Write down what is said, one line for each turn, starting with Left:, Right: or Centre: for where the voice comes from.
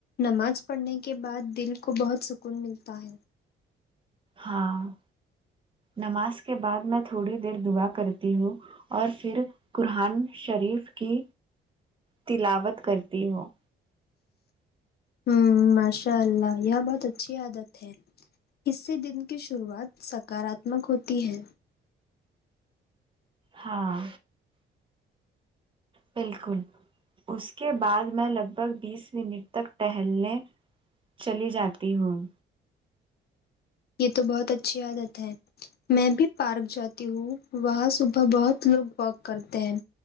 Left: نماز پڑھنے کے بعد دل کو بہت سکون ملتا ہے
Right: ہاں نماز کے بعد میں تھوڑی دیر دعا کرتی ہوں اور پھر قرآن شریف کی تلاوت کرتی ہووں
Left: ہوں ماشاء اللہ یہ بہت اچھی عادت ہے اس سے دن کی شروعات سکاراتمک ہوتی ہے
Right: ہاں بالکل اس کے بعد میں لگ بھگ بیس منٹ تک ٹہلنے چلی جاتی ہوں
Left: یہ تو بہت اچھی عادت ہے میں بھی پارک جاتی ہوں وہاں صبح بہت لوگ واک کرتے ہیں